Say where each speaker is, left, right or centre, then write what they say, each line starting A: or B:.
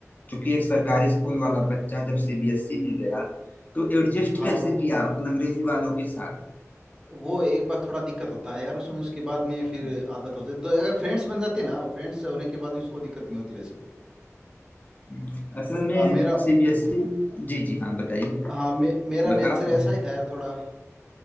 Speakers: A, on the left; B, on the right.
A: क्योंकि एक सरकारी स्कूल वाला बच्चा जब सीबीएसई में गया तो एडजस्ट
B: हाँ
A: कैसे
B: वो
A: किया उन अंग्रेजी वालों के साथ
B: वो एक बार थोड़ा दिक्कत होता है यार उसमें उसके बाद में फिर
A: हम्म,
B: आदत हो जाती तो अगर फ्रेंड्स बन जाते ना फ्रेंड्स होने के बाद उसको दिक्कत नहीं होती वैसे
A: हम्म। असल में
B: आ, मेरा
A: सीबीएसई जी जी हाँ बताइए
B: हाँ मे, मेरा नेचर
A: बताओ
B: ऐसा ही था यार थोड़ा